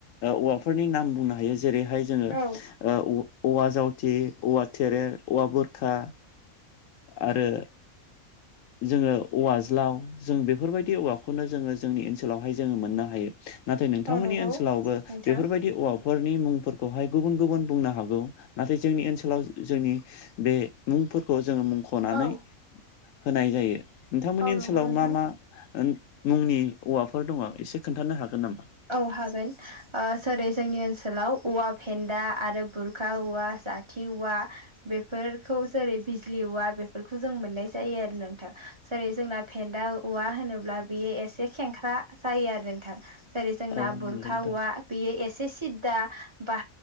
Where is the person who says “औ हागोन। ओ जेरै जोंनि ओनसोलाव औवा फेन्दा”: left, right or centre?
Right